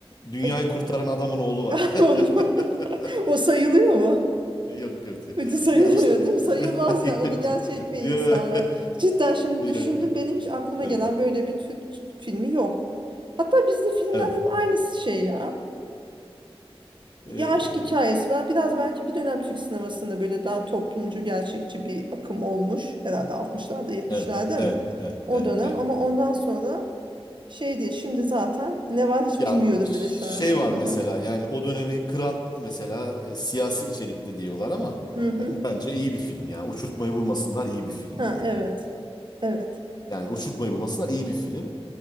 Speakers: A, on the left; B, on the right.
A: dünyayı
B: E,
A: kurtaran adamın oğlu var.
B: <laughs> Onu,
A: <laughs>
B: <laughs> o sayılıyor mu?
A: Yok yok.
B: Hadi sayılmıyor
A: Ya işte
B: değil
A: <laughs>
B: mi? Sayılmaz yani.
A: yok.
B: O da gerçek bir
A: Yok.
B: insan var. Cidden şimdi
A: <laughs>
B: düşündüm.
A: Yok. yok.
B: Benim hiç aklıma
A: Evet.
B: gelen böyle bir Türk filmi yok. Hatta bizde filmden
A: Evet.
B: hep aynısı şey ya.
A: Ee,
B: Ya aşk hikayesi var. Biraz belki bir dönem Türk sinemasında böyle daha toplumcu, gerçekçi bir akım olmuş. Herhalde 60'larda, 70'lerde
A: evet. Evet.
B: mi?
A: Evet.
B: O
A: Evet.
B: dönem
A: evet.
B: ama ondan sonra şey diye şimdi zaten ne var hiç
A: Ya
B: bilmiyorum
A: şey
B: bile şu an sinemada.
A: var mesela yani o dönemi kıran mesela e, siyasi içerikli diyorlar ama
B: Hı hı.
A: yani bence iyi bir film yani. Uçurtmayı vurmasınlar iyi bir film
B: Ha
A: yani.
B: evet. Evet.
A: Yani uçurtmayı vurmasınlar iyi bir film.